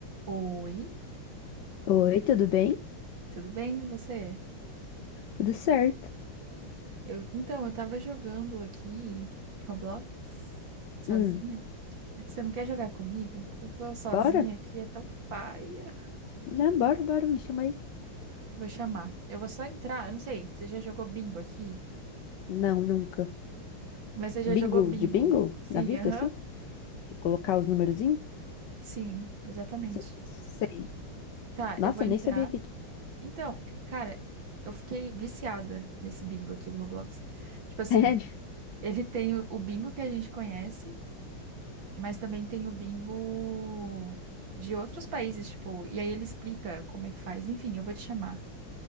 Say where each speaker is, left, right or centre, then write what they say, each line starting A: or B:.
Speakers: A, on the right; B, on the left.
A: Oi,
B: Oi, tudo bem?
A: tudo bem com você?
B: Tudo certo.
A: Eu, então, eu tava jogando aqui Roblox sozinha.
B: Hum,
A: Você não quer jogar comigo? Porque eu tô sozinha
B: bora?
A: aqui, é tão paia.
B: Não, bora, bora, me chama aí.
A: Vou chamar. Eu vou só entrar, eu não sei, você já jogou bingo aqui?
B: Não, nunca.
A: Mas você já
B: Bingo,
A: jogou bingo?
B: de bingo?
A: Sim,
B: Na vida,
A: aham.
B: assim? De colocar os numerozinhos?
A: Sim, exatamente.
B: Se- Sei.
A: Tá,
B: Nossa,
A: eu vou entrar.
B: nem sabia que tinha.
A: Então, cara, eu fiquei viciada nesse bingo aqui do Roblox. Tipo assim,
B: Sério? <laughs>
A: ele tem o o bingo que a gente conhece. Mas também tem o bingo de outros países, tipo, e aí ele explica como é que faz. Enfim, eu vou te chamar,